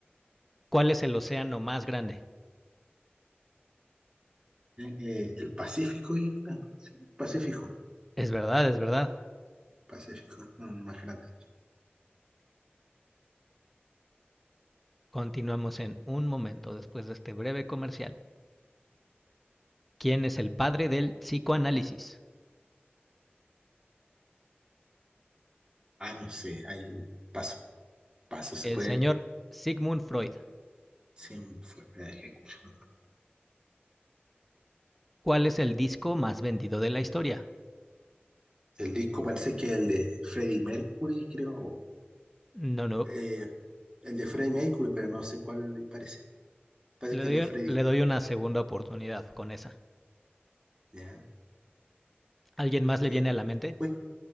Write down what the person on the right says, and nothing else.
Eh, el Pacífico, yo creo. Sí, Pacífico.
Pacífico, no, más grande
Ah, no sé, hay un paso. Paso se
puede.
Sí, fue la primera vez que escucho, ¿no?
El disco parece que es el de Freddie Mercury, creo. o,
eh, el de Freddie Mercury, pero no sé cuál parece. Parece
que
el de Freddie.
¿ya?
Fe-
Queen.